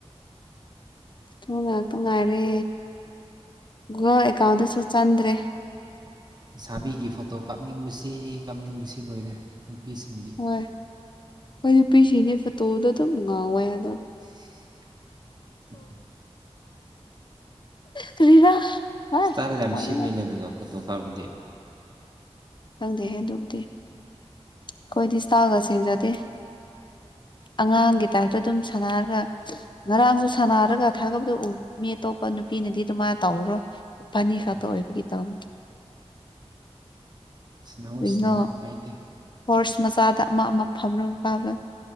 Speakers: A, on the left; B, on the right.
A: ꯐꯣꯇꯣ ꯉꯥꯛꯇ ꯉꯥꯏꯔꯦ ꯒꯨꯒꯜ ꯑꯦꯀꯥꯎꯟꯗꯁꯨ ꯆꯥꯟꯗ꯭ꯔꯦ
B: ꯂꯩꯥꯁꯕꯤꯒꯤ ꯐꯣꯇꯣ ꯀꯥꯞꯅꯤꯡꯕꯁꯤ ꯀꯥꯞꯅꯤꯡꯕꯁꯤ ꯂꯣꯏꯔꯦ ꯅꯨꯄꯤꯁꯤꯡꯒꯤ
A: ꯍꯣꯏ ꯑꯩꯈꯣꯏ ꯅꯨꯄꯤꯁꯤꯡꯗꯤ ꯐꯣꯇꯣꯗ ꯑꯗꯨꯝ ꯉꯥꯎꯋꯦ ꯑꯗꯨꯝ
B: <unintelligible>
A: ꯀꯔꯤꯔꯥ ꯍꯥꯏ
B: ꯁꯇ꯭ ꯏꯜ ꯌꯥꯝ
A: ꯁꯥꯎꯅꯤꯡꯉꯦ
B: ꯁꯦꯝꯃꯤꯅꯦ ꯑꯗꯨꯒ ꯐꯣꯇꯣ ꯀꯥꯞꯄꯗꯤ
A: ꯈꯪꯗꯦꯍꯦ ꯑꯗꯨꯕꯨꯗꯤ ꯑꯩꯈꯣꯏꯗꯤ ꯏꯁꯇꯥꯜ ꯒ ꯁꯦꯝꯖꯗꯦ ꯑꯉꯥꯡꯒꯤ ꯇꯥꯏꯞꯇ ꯑꯗꯨꯝ ꯁꯥꯟꯅꯔꯒ ꯉꯔꯥꯡꯁꯨ ꯁꯥꯟꯅꯔꯒ ꯊꯥꯒꯠꯄꯗꯨ ꯎ ꯃꯤ ꯑꯇꯣꯞꯄ ꯅꯨꯄꯤꯅꯗꯤ ꯑꯗꯨꯃꯥꯏꯅ ꯇꯧꯔꯔꯣꯏ ꯏꯕꯥꯅꯤ ꯈꯛꯇ
B: ꯎꯝ
A: ꯑꯣꯏꯕꯒꯤ ꯇꯧ
B: ꯁꯅꯥꯎ
A: ꯀꯔꯤꯅꯣ
B: ꯁꯅꯥꯎ ꯀꯥꯏꯗꯦ꯫
A: ꯍꯣꯔꯁ ꯃꯆꯥꯗ ꯑꯃ ꯑꯃ ꯐꯝꯅꯕ ꯀꯥꯕ